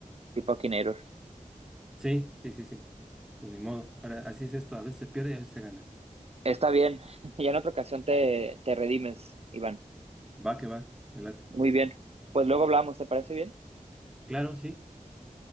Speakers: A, on the right (about 50°); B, in the centre.
A: tipo quinero.
B: Sí, sí, sí, sí. Pues ni modo. Ahora, así es esto. A veces se pierde y a veces se gana.
A: Está bien, <laughs> ya en otra ocasión te, te redimes, Iván.
B: Va que va. Me late.
A: Muy bien. Pues luego hablamos, ¿te parece bien?
B: Claro, sí.